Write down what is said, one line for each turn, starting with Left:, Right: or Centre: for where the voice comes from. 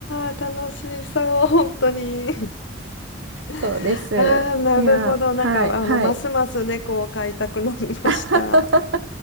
Left: ー、楽しそう、本当に。<laughs>
Right: そうです。
Left: ああ、なるほど。
Right: いや、はい、
Left: なんか、あの、
Right: はい。
Left: ますます猫を飼いたくなりました。
Right: <laughs>